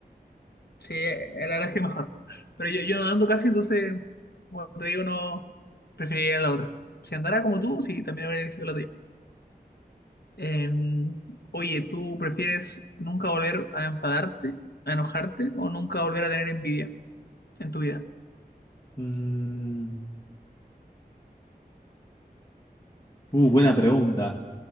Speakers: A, on the left; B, on the left.
A: Sí, eh, la verdad es que mejor. Pero yo, yo no ando casi, entonces, bueno, te digo, no preferiría la otra. Si andara como tú, sí, también habría elegido la tuya. Eh, oye, ¿tú prefieres nunca volver a enfadarte, a enojarte o nunca volver a tener envidia en tu vida?
B: Mm, uh, buena pregunta.